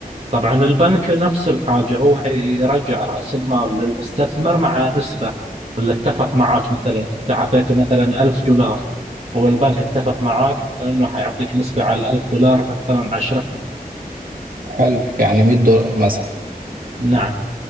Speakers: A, on the right; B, on the right.
A: طبعا البنك نفس الحاجة هو يرجع رأس المال للمستثمر مع نسبة اللي اتفق معاك مثلا أنت أعطيته مثلا ألف دولار هو البنك اتفق معاك مثلا أنه حيعطيك نسبة على الألف دولار مثلا عشرة
B: حلو يعني 100 دولار مثلا
A: نعم